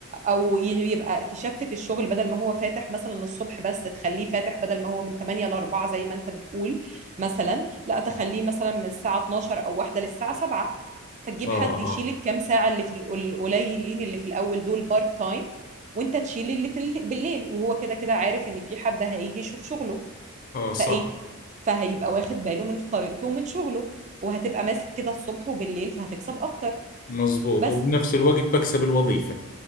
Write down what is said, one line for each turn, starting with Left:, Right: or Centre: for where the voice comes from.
Right: او ي- يبقى تشفت الشغل بدل ما هو فاتح مثلا الصبح بس تخليه فاتح بدل ما هو من 8 ل 4 زي ما انت بتقول مثلا لا تخليه مثلا من الساعه 12 او 1 للساعه 7 فتجيب
Left: آه
Right: حد
Left: آه
Right: يشيل الكام ساعه اللي في القل- القليلين اللي في الاول دول بارت تايم وانت تشيل اللي في ال- بالليل وهو كده كده عارف ان في حد هيجي يشوف شغله
Left: آه صح
Right: فايه فهيبقى واخد باله من طريقته ومن شغله وهتبقى ماسك كده الصبح وبالليل فهتكسب اكتر
Left: مزبوط
Right: بس
Left: وبنفس الوقت بكسب الوظيفة